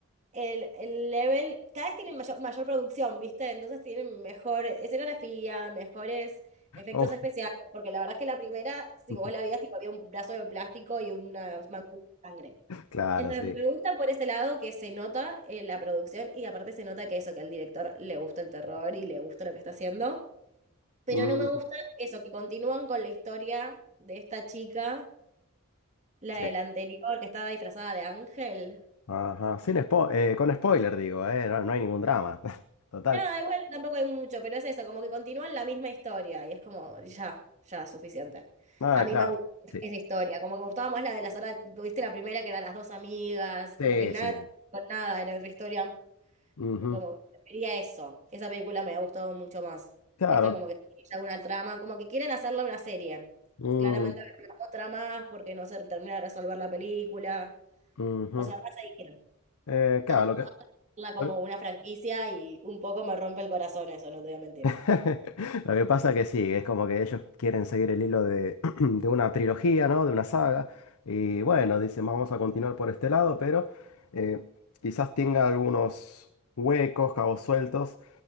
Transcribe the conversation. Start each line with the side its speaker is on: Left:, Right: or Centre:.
Right: el, el level, cada vez tienen mayor, mayor producción, ¿viste? Entonces tienen mejor escenografía, mejores efectos
Left: Oh.
Right: especiales, porque la verdad es que la primera, si
Left: <laughs>
Right: vos la veías, tipo, había un brazo de plástico y una manga de sangre.
Left: Claro,
Right: Entonces
Left: sí.
Right: me gusta por ese lado que se nota eh, la producción y aparte se nota que eso, que al director le gusta el terror y le gusta lo que está haciendo. Pero
Left: Mm,
Right: no me gusta eso, que continúan con la historia de esta chica, la
Left: sí.
Right: del anterior, que estaba disfrazada de ángel.
Left: Ajá. Sin spo- eh, con spoiler digo, eh, No, no hay ningún drama. <laughs> Total.
Right: Nada, igual tampoco hay mucho, pero es eso, como que continúan la misma historia y es como, ya, ya, suficiente.
Left: Ah,
Right: A mí
Left: claro.
Right: me aburre
Left: Sí.
Right: esa historia, como que me gustaba más la de las horas, viste la primera que eran las dos amigas,
Left: Sí,
Right: como que nada,
Left: sí.
Right: con nada, era otra historia.
Left: Ujú.
Right: Como que prefería eso. Esa película me ha gustado mucho más.
Left: Claro.
Right: Esta como que es una trama, como que quieren hacerla una serie.
Left: Mm,
Right: Claramente habrá una otra más porque no se termina de resolver la película.
Left: ujú.
Right: O sea, va a seguir.
Left: Eh,
Right: Tanto
Left: claro, lo que,
Right: hacerla como
Left: lo
Right: una franquicia y un poco me rompe el corazón eso, no te voy a mentir.
Left: <laughs> lo que pasa que sí, es como que ellos quieren seguir el hilo de, <clears throat> de una trilogía, ¿no? De una saga. Y bueno, dicen, vamos a continuar por este lado, pero eh, quizás tenga algunos huecos, cabos sueltos